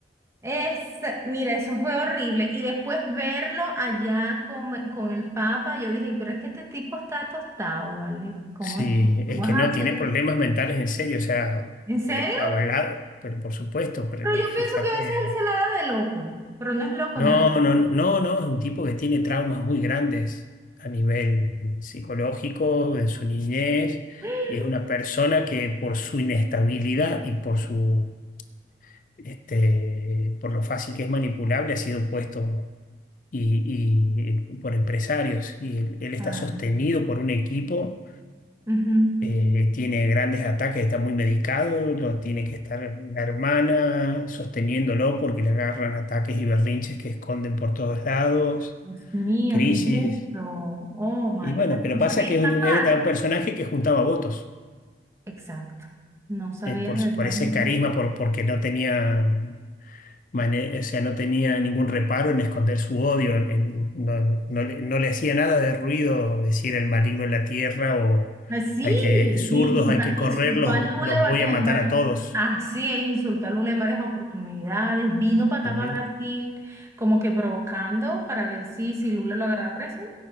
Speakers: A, on the right; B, on the left.
A: Es, mira, eso fue horrible. Y después verlo allá con, con el Papa, yo dije, pero es que este tipo está tostado, ¿vale? ¿Cómo
B: Sí,
A: así? tú
B: es
A: vas
B: que
A: a
B: no,
A: hacer?
B: tiene problemas mentales en serio, o sea,
A: ¿En serio?
B: eh, avalado, pero por supuesto, pero
A: Pero yo
B: fíjate,
A: pienso que a veces él se la da de loco, pero no es loco
B: no,
A: nada.
B: no, no, no, es un tipo que tiene traumas muy grandes a nivel psicológico, de su niñez,
A: <gasps>
B: y es una persona que por su inestabilidad y por su, este, por lo fácil que es manipulable, ha sido puesto y, y por empresarios, y él él está
A: Ay,
B: sostenido por un equipo
A: ujú.
B: eh, tiene grandes ataques, está muy medicado, lo tiene que estar la hermana sosteniéndolo porque le agarran ataques y berrinches que esconden por todos lados,
A: Dios mío,
B: crisis.
A: ¿qué es eso? Oh my
B: Y bueno,
A: God,
B: pero
A: no
B: pasa
A: sabía
B: que
A: esta
B: era
A: parte.
B: un personaje que juntaba votos
A: Exacto, no sabía
B: eh, por,
A: de verdad
B: por ese
A: que.
B: carisma, por, porque no tenía, mane- o sea, no tenía ningún reparo en esconder su odio, en- en- no, no- no le, no le hacía nada de ruido decir el maligno en la tierra o
A: Ah, sí,
B: hay que, zurdos,
A: insulta-
B: hay que
A: insultó
B: correr, los
A: a Lula
B: los
A: varias,
B: voy a matar
A: en varias.
B: a todos.
A: Así es, insultó a Lula en varias oportunidades. Vino para acá,
B: Sí,
A: para Brasil, como que provocando para ver si, si Lula lo agarraba preso.